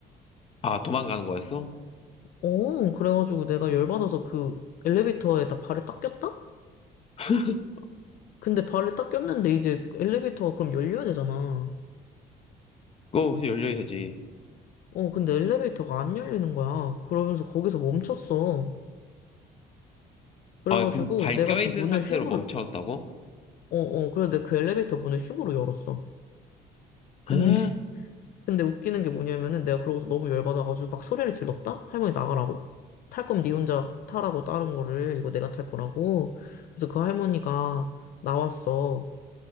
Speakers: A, on the left; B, on the left.
A: 아, 도망가는 거였어?
B: 어, 그래가지고 내가 열받아서 그 엘리베이터에다 발을 딱 꼈다?
A: <laughs>
B: 근데 발을 딱 꼈는데 이제 엘리베이터가 그럼 열려야 되잖아.
A: 어, 그냥 열려야지.
B: 어, 근데 엘리베이터가 안 열리는 거야. 그러면서 거기서 멈췄어. 그래가지고
A: 아, 그, 발
B: 내가
A: 껴있는
B: 그 문을
A: 상태로
B: 힘으로,
A: 멈췄다고?
B: 어, 어, 그래 내가 그 엘리베이터 문을 힘으로 열었어. 근데,
A: 에?
B: <laughs> 근데 웃기는 게 뭐냐면은 내가 그러고서 너무 열받아가지고 막 소리를 질렀다? 할머니 나가라고? 탈 거면 니 혼자 타라고 다른 거를 이거 내가 탈 거라고. 그래서 그 할머니가 나왔어.